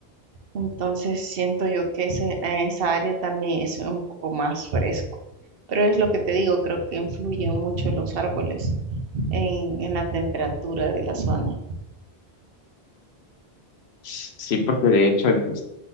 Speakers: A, on the right (about 65°); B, on the left (about 80°).
A: entonces siento yo que ese, eh, esa área también es un poco más fresco. Pero es lo que te digo, creo que influyen mucho los árboles en, en la temperatura de la zona.
B: Sí, porque de hecho el